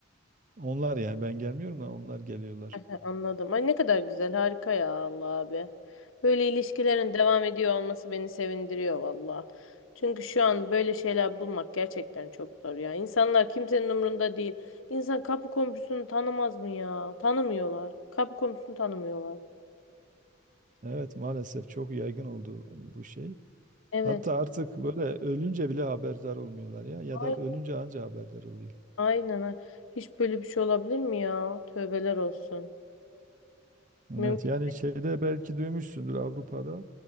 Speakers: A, on the right; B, on the left.
A: Onlar yani ben gelmiyorum da onlar geliyorlar.
B: He, anladım. Ay ne kadar güzel. Harika ya Allah abi. Böyle ilişkilerin devam ediyor olması beni sevindiriyor valla. Çünkü şu an böyle şeyler bulmak gerçekten çok zor ya. İnsanlar kimsenin umurunda değil. İnsan kapı komşusunu tanımaz mı ya? Tanımıyorlar. Kapı komşusunu tanımıyorlar.
A: Evet maalesef çok yaygın oldu bu şey.
B: Evet.
A: Hatta artık böyle ölünce bile haberdar olmuyorlar ya ya
B: Ay-
A: da ölünce anca haberdar oluyor.
B: Aynen. ha. Hiç böyle bir şey olabilir mi ya? Tövbeler olsun.
A: Evet
B: Mümkün.
A: yani şeyde belki duymuşsundur Avrupa'da